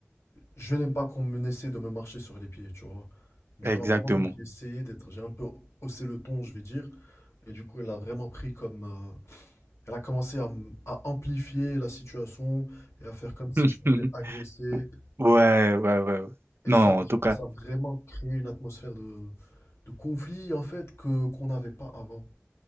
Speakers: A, on the left; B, on the right.
A: Je n'aime pas qu'on me essaie de me marcher sur les pieds, tu vois. Du
B: <laughs> Exactement.
A: coup, à un moment, j'ai essayé d'être. J'ai un peu haussé le ton, je vais dire. Et du coup, elle a vraiment pris comme. euh, elle a commencé à, m- à amplifier la situation et à faire comme si
B: <laughs>
A: je l'avais agressé.
B: Ouais, ouais, ouais, ouais.
A: Et
B: Non,
A: ça,
B: en
A: genre,
B: tout cas,
A: ça a vraiment créé une atmosphère de, de conflit, en fait, que qu'on n'avait pas avant.